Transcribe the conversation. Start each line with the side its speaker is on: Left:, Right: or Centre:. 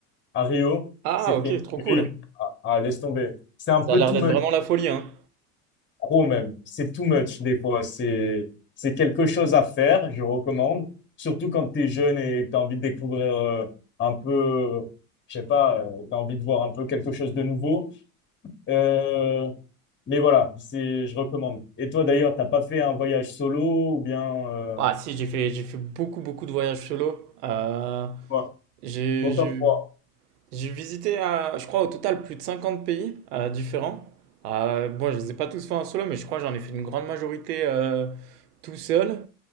Left: à Rio.
Right: Ah
Left: C'était
Right: ok, trop cool.
Left: ah, ah, laisse tomber. C'est un
Right: Ça
Left: peu
Right: a l'air
Left: tout
Right: d'être
Left: meute.
Right: vraiment la folie, hein.
Left: trop même. C'est too much des fois. C'est c'est quelque chose à faire, je recommande. Surtout quand tu es jeune et que tu as envie de découvrir euh, un peu, euh, je sais pas, tu as envie de voir un peu quelque chose de nouveau. Euh, mais voilà, c'est, je recommande. Et toi d'ailleurs, t'as pas fait un voyage solo ou bien euh,
Right: Ah si, j'ai fait, j'ai fait beaucoup, beaucoup de voyages solo. Euh,
Left: quoi
Right: j'ai
Left: ton
Right: j'ai-
Left: top 3?
Right: j'ai visité, euh, je crois, au total plus de 50 pays euh, différents. Euh, bon, je les ai pas tous fait en solo, mais je crois que j'en ai fait une grande majorité euh, tout seul.